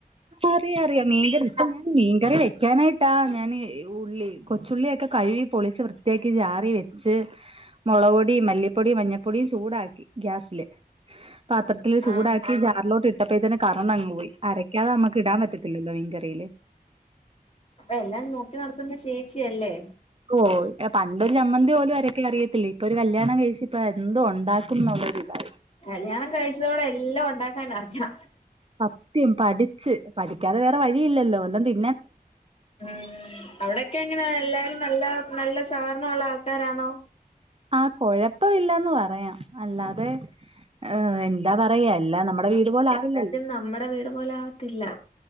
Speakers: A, on the right; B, on the left.
A: അറിയറിയാ മീൻ്റെ റസ് ആഹ് ഞാൻ മീൻകറി വെക്കാനായിട്ടാ ഞാന് ഉള്ളി കൊച്ചുള്ളിയൊക്കെ കഴുകി പൊളിച്ച് വൃ ത്ത്യാക്കിക്ക് ജാറി വെച്ച് മുളക്പൊടിം മല്ലിപ്പൊടിം മഞ്ഞപ്പൊടിം ചൂടാക്കി ഗ്യാസ്ല് പത്ര ത്തില് ചൂടാക്കി
B: ആഹ്
A: ജാറിലോട്ട് ഇട്ടപ്പോഴത്തിന് കറണ്ടങ് പോയി അരക്കാതെ നമുക്ക് ഇടാൻ പറ്റത്തില്ലല്ലോ മീൻ കറിയില്
B: അപ്പ എല്ലാം നോക്കി നടത്തുന്ന് ചേച്ചിയല്ലേ
A: ഓഹ് പണ്ടൊരു ചമ്മന്തി പോലും അരക്കാനറിയത്തില്ല ഇപ്പൊര് കല്യാണം കഴിച്ചപ്പ എന്തും ഒണ്ടാക്കുംന്നുള്ളര്തായി.
B: കല്യാണം കഴിച്ചതോടെ എല്ലാം ഒണ്ടാക്കാൻ അറിയാ
A: സത്യം പഠിച്ച് പഠിക്കാതെ വേറെ വഴിയില്ലല്ലോ വല്ലം തി
B: ആഹ് അവിടൊക്കെങ്ങനാ എല്ലാരും നല്ല നല്ല സഹകര്ണൊള്ളാൾക്കാരാണോ?
A: ആഹ് കൊഴപ്പവില്ലാന്ന് പറയാം അല്ലാതെ ഏഹ് എന്താ പറയാ എല്ലാം നമ്മടെ വീട് പോലാവില്ലല്ലോ
B: നമ്മടെ വീട് പോലാവാൻ ത്തില്ല